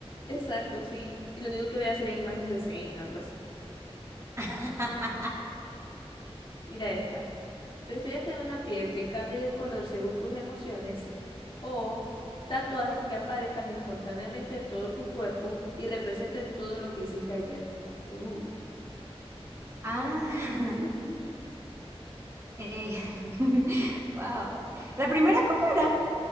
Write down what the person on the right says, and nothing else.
<laughs>
Ah,
eh, <laughs> wow. ¿La primera cómo era?